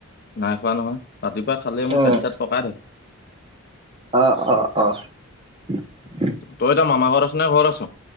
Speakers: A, on the left; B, on the right.
A: নাই খোৱা নহয়। ৰাতিপুৱা খালে মোৰ
B: উম।
A: পেট চেত পকাই থাকে।
B: অ', অ', <inaudible>
A: তই এটা মামা ঘৰত আছ নে ঘৰত আছ?